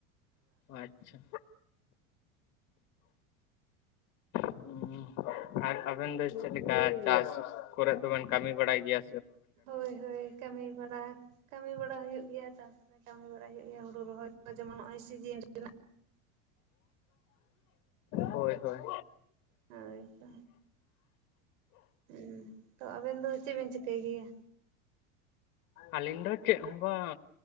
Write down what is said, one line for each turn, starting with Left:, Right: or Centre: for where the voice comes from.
Left: ᱟᱪᱪᱷᱟ᱾ ᱩᱸᱻ ᱟᱨ ᱟᱵᱮᱱ ᱫᱚ ᱪᱮᱫ ᱞᱮᱠᱟ ᱪᱟᱥ ᱠᱚᱨᱮᱫ ᱫᱚᱵᱮᱱ ᱠᱟᱹᱢᱤ ᱵᱟᱲᱟᱭ ᱜᱮᱭᱟᱼᱼ
Right: ᱦᱳᱭ ᱦᱳᱭ ᱠᱟᱹᱢᱤ ᱵᱟᱲᱟ ᱠᱟᱹᱢᱤ ᱵᱟᱲᱟ ᱦᱩᱭᱩᱜ ᱜᱮᱭᱟ ᱪᱟᱥ ᱨᱮ, ᱠᱟᱹᱢᱤ ᱵᱟᱲᱟᱭ ᱦᱩᱭᱩᱜ ᱜᱮᱭᱟ ᱦᱩᱲᱩ ᱨᱚᱦᱚᱭ ᱡᱮᱢᱚᱱ ᱱᱚᱜᱼᱚᱭ ᱥᱤᱡᱤᱱ ᱨᱮ ᱼᱼ
Left: ᱦᱳᱭ ᱦᱳᱭ᱾
Right: ᱦᱳᱭ ᱛᱚ ᱦᱩᱸ ᱛᱚ ᱟᱵᱮᱱ ᱫᱚ ᱪᱮᱫ ᱵᱮᱱ ᱪᱤᱠᱟᱹᱭ ᱜᱮᱭᱟ?
Left: ᱟᱹᱞᱤᱧ ᱫᱚ ᱪᱮᱫ ᱦᱚᱸ ᱵᱟᱝ